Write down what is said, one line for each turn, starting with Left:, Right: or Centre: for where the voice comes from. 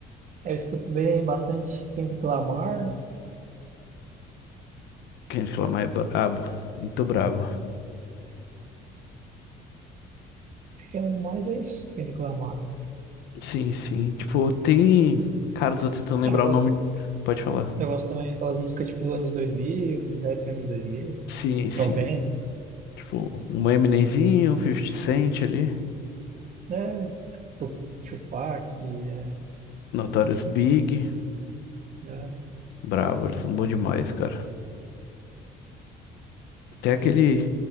Right: Eu escuto bem bastante Kendrick Lamar.
Left: Kendrick Lamar é brabo, muito brabo.
Right: Acho que é mais é isso, Kendrick Lamar.
Left: Sim, sim. Tipo, tem, cara, eu tô tentando lembrar
Right: Eu gosto,
Left: o nome. Pode falar.
Right: eu gosto também daquelas músicas tipo anos 2000, aqueles rap anos 2000,
Left: Sim, sim.
Right: 90.
Left: Tipo, um Eminemzinho, Fifty Cent ali,
Right: É, tipo Tupac, é,
Left: Notorious Big.
Right: é,
Left: Brabo, eles são bons demais, cara. Tem aquele,